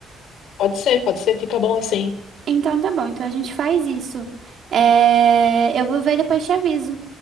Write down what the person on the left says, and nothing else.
Pode ser, pode ser, fica bom assim.